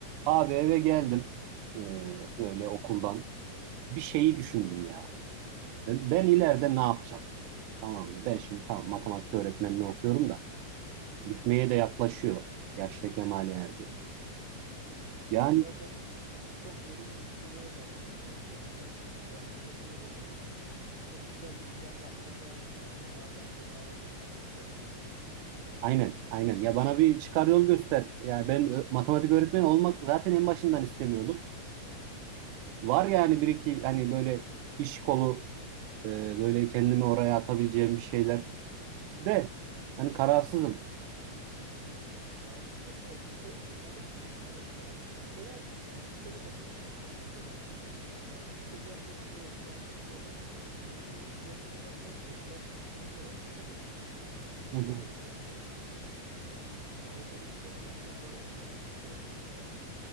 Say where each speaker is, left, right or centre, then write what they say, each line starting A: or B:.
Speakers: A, on the right (about 85°); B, on the right (about 65°).
A: Abi eve geldim e, böyle okuldan. Bir şeyi düşündüm ya. Ben, ben ileride ne yapacağım? Tamam mı? Ben şimdi tamam matematik öğretmenliği okuyorum da bitmeye de yaklaşıyor. Yaşta kemale erdi. Yani
B: Vallahi sen çok derin düşüncelere dalmışsın eve gelir gelmez. Biraz sıkıntılı konular. Burada güzel bir plan yapmak lazım şimdi. Madem beni aradın, konuşalım dedin.
A: aynen aynen. Ya bana bir çıkar yol göster. Yani ben ö- matematik öğretmeni olmak zaten en başından istemiyordum. Var yani bir iki hani böyle iş kolu e, böyle kendimi oraya atabileceğim bir şeyler de hani kararsızım.
B: Ya açıkçası şey matematik öğretmenliği fena değil ya. Burada bir atanabilirsen böyle. Yani liseden de bir şansını zorlaman lazım. Yeni yeni düzenlemeler geldi. Biraz sıkıntılı orada gelecek için.
A: Hı
B: Gelecek
A: hı.
B: planları için. Ya orada bir plan yapmak lazım böyle güzelce bir plan.